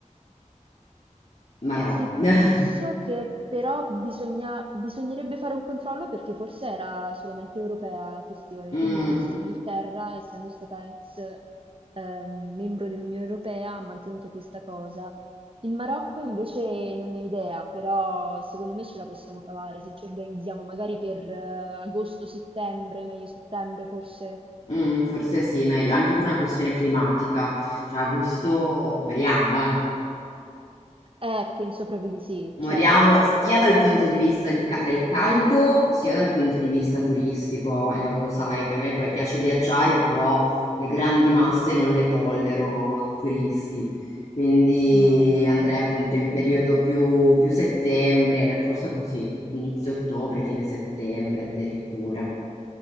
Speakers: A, on the left; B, on the right.
A: Ma
B: Sì,
A: no. <laughs>
B: penso che però bisogna- bisognerebbe fare un controllo perché forse era solamente europea la questione,
A: Mm.
B: quindi forse l'Inghilterra, essendo stata ex ehm, membro dell'Unione Europea, ha mantenuto questa cosa. Il Marocco invece non ne ho idea, però secondo me ce la possiamo cavare se ci organizziamo magari per eh, agosto-settembre, meglio settembre forse.
A: Mm, forse sì, meglio, anche per una questione climatica. Cioè, agosto moriamo, eh.
B: Eh, penso proprio di sì,
A: Moriamo
B: cioè
A: sia dal punto di vista di ca- del caldo, sia dal punto di vista turistico. Eh, lo sai che a me poi piace viaggiare, però le grandi masse non le tollero di turisti. Quindi
B: no, ma
A: andrei appunto
B: per
A: in
B: carità.
A: periodo più, più settembre, forse così, inizio ottobre, fine settembre addirittura,